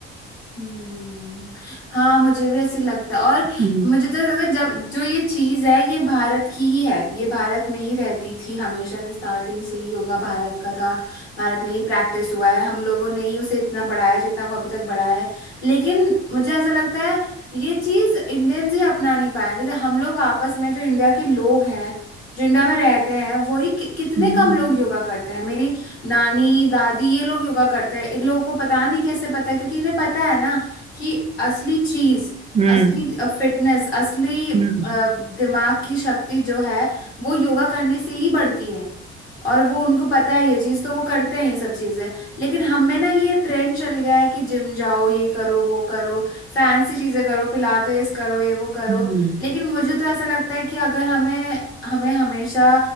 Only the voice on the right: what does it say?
हम्म
हम्म
हम्म,
हम्म,
हम्म,